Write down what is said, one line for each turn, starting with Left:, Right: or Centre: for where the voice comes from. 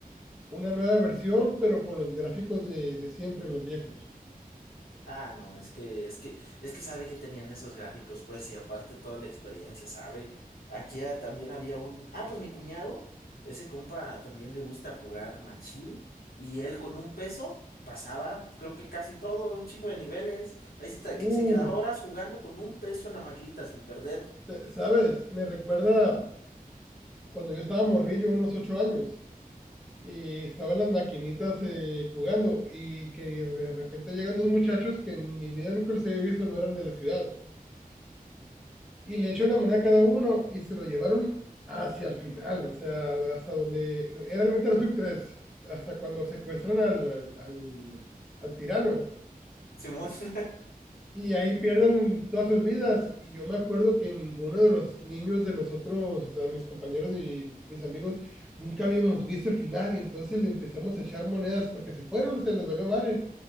Centre: una nueva versión, pero con los gráficos de, de siempre, los viejos.
Left: Ah, no, es que, es que, es que sabe que tenían esos gráficos, pues, y aparte toda la experiencia, sabe. Aquí ah, también había un, ah, pues mi cuñado, ese compa también le gusta jugar machín, y él con un peso pasaba, creo que casi todo, un chingo de niveles. Ahí se, te-
Centre: Uh,
Left: se quedaba horas jugando con un peso en la maquinita sin perder,
Centre: te- ¿sabes? Me recuerda cuando yo estaba morrillo, unos ocho años. y estaban las maquinitas eh, jugando y que de repente llegan dos muchachos que en mi vida nunca los había visto, no eran de la ciudad, y le echan una moneda a cada uno y se lo llevaron hacia el final, o sea, hasta donde era el Metal Slug 3, hasta cuando secuestran al, al, al, al tirano.
Left: Simón. <laughs>
Centre: Y ahí pierden todas sus vidas. Y yo me acuerdo que ninguno de los niños de nosotros, o sea, mis compañeros y mis amigos, nunca habíamos visto el final. Y entonces le empezamos a echar monedas porque se fueron, o sea les valió madre.